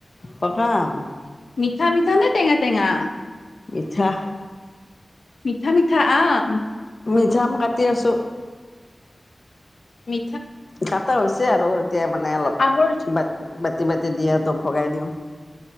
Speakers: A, on the left; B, on the left.
A: পক আম।
B: মিঠা মিঠা নে তেঙা তেঙা।
A: মিঠা।
B: মিঠা মিঠা আম।
A: মিঠা আম কাটি আছোঁ।
B: মি।
A: খাটা হৈছে আৰু এতিয়া মানে অলপ
B: আমৰ
A: বাত বাতি বাতি। তেদিয়া হেতক ভগাই দিওঁ।